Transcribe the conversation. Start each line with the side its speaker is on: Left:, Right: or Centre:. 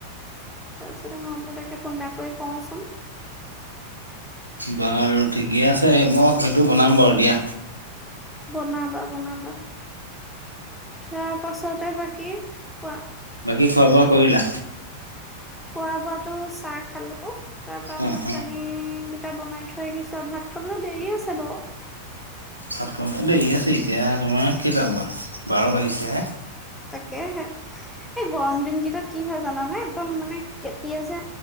Centre: তাৰপিছতে মই বোলে তাকে ফোন এটা কৰি কওঁচোন।
Right: বাৰু ঠিকে আছে মই সেইটো বনাম বাৰু দিয়া।
Centre: বনাবা বনাবা। তোৱা পাছতে বাকী কোৱা
Right: বাকি খোৱা বোৱা কৰিলা?
Centre: খোৱা বোৱাটো চাহ খালো তাৰ পৰা
Right: অ
Centre: ভাত
Right: অ
Centre: পানী এটা বনাই থৈ আহিছো আৰু ভাত খাবলৈ দেৰি আছে বাৰু।
Right: ভাত খাবলে দেৰি আছে এতিয়া তোমাৰ কেইটাবা বাৰ বাজিছে হে।
Centre: তাকে হে। এই গৰম দিন কেইটাত কি হয় জানানে একদম মানে কেতিয়া যে